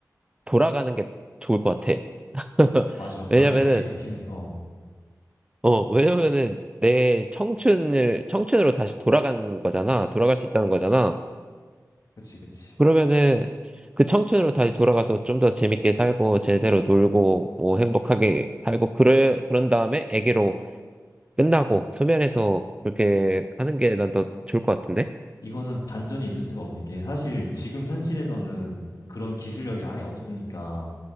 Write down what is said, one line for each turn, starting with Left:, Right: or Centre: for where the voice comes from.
Right: 돌아가는 게 좋을 것 같아. <laughs>
Left: 맞아. <laughs>
Right: 왜냐면은,
Left: 나도 사실 그렇긴 해. 어.
Right: 어, 왜냐면은 내 청춘을, 청춘으로 다시 돌아가는 거잖아. 돌아갈 수 있다는 거잖아.
Left: 그치, 그치.
Right: 그러면은 그 청춘으로 다시 돌아가서 좀 더 재밌게 살고, 제대로 놀고, 뭐 행복하게 살고, 그래, 그런 다음에 애기로 끝나고, 소멸해서 그렇게 하는 게 난 더 좋을 것 같은데?
Left: 이거는 반전이 있을 수가 없는 게 사실 지금 현실에서는 그런 기술력이 아예 없으니까